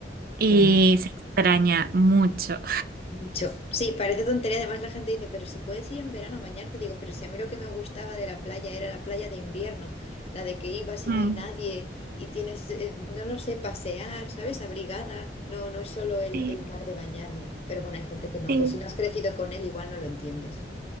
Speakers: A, on the right; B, on the left.
A: y
B: Ujú.
A: se extraña mucho.
B: Mucho. Sí, parece tontería. Además, la gente dice, pero si puedes ir en verano a bañarte, digo, pero si a mí lo que me gustaba de la playa era la playa de invierno, la de que ibas y
A: Mm,
B: no hay nadie y tienes, eh, no lo sé, pasear, ¿sabes? Abrigada. No, no es solo el,
A: Sí,
B: el mar de bañarme. Pero bueno, hay gente que no.
A: sí.
B: Pues si no has crecido con él, igual no lo entiendes.